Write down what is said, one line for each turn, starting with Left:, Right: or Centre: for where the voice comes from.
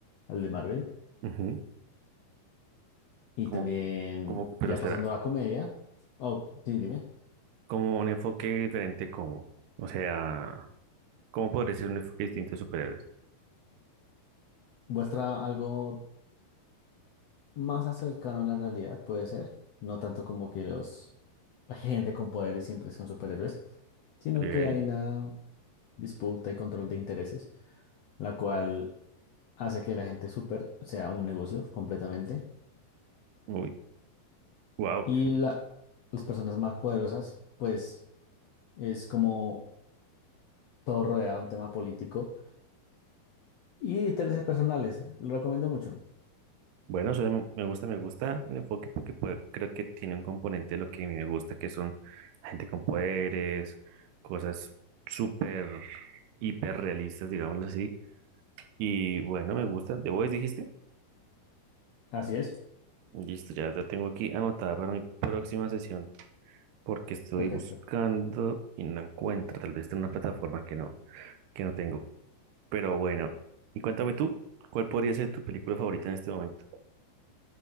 Left: al de Marvel.
Right: Ujú.
Left: Y
Right: Como,
Left: también,
Right: como, pero
Left: ya
Right: espera,
Left: pasando a la comedia, oh, sí, dime,
Right: como un enfoque diferente, ¿cómo? O sea, ¿cómo podría ser un enfoque distinto de superhéroes?
Left: muestra algo más cercano a la realidad, puede ser, no tanto como que los, la gente con poderes siempre son superhéroes, sino
Right: ¿Qué?
Left: que hay una disputa y control de intereses, la cual hace que la gente super sea un negocio completamente,
Right: Uy, wow.
Left: y la, las personas más poderosas, pues es como todo rodeado de un tema político y intereses personales, lo recomiendo mucho.
Right: Bueno, suena mu- me gusta, me gusta el enfoque porque puede- creo que tiene un componente de lo que a mí me gusta, que son gente con poderes, cosas súper, hiper realistas, digámoslo así. Y bueno, me gusta. ¿The Voice dijiste?
Left: Así es,
Right: Listo, ya la tengo aquí anotada para mi próxima sesión porque estoy
Left: perfecto.
Right: buscando y no encuentro, tal vez está en una plataforma que no, que no tengo. Pero bueno, y cuéntame tú, ¿cuál podría ser tu película favorita en este momento?